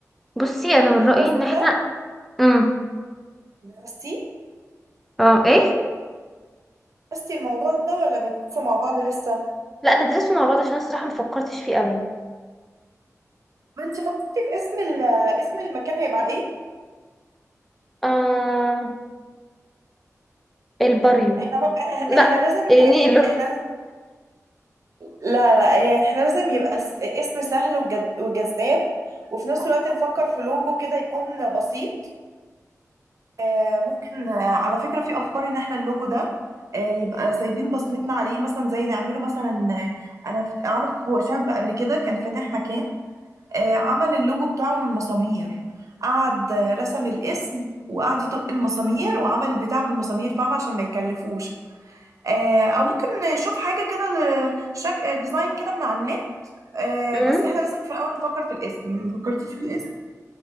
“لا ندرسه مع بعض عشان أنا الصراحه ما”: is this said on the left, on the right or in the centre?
Centre